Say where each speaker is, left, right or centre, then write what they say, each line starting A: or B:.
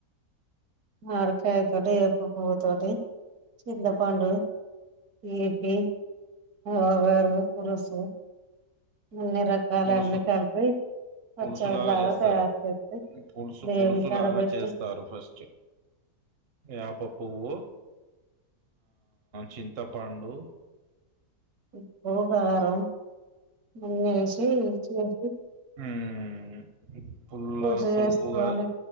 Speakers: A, on the right (about 75°); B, on the right (about 45°).
A: మావిడి కాయతోటి ఏప్ప పవ్వు తోటి చింతపండు ఈపి వగరు పులుసు అన్ని రకాల
B: పులుసు
A: అన్ని కలిపి పచ్చడిలాగా
B: పులుసులాగా చేస్తారు
A: తయారు చేసి
B: పులుసు
A: దేవుని
B: పులుసులాగా
A: కాడ పెట్టి
B: చేస్తారు ఫస్ట్ వేప పువ్వు చింతపండు
A: ఉప్పు కారం అన్ని ఏసీ చేసి
B: హ్మ్ పుల్
A: పూజ
B: గా పులుపుగా
A: చేసుకొని